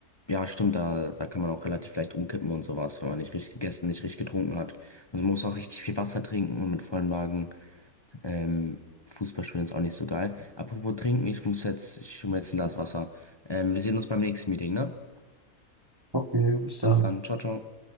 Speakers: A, on the left; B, on the right.
A: ja, stimmt, da, da kann man auch relativ leicht umkippen und sowas, wenn man nicht richtig gegessen, nicht richtig getrunken hat. Und man muss auch richtig viel Wasser trinken und mit vollem Magen, ähm, Fußball spielen ist auch nicht so geil. Apropos trinken, ich muss jetzt, ich hole mir jetzt ein Glas Wasser. Ähm, wir sehen uns beim nächsten Meeting, ne?
B: Okay, bis dann.
A: Bis dann, ciao, ciao.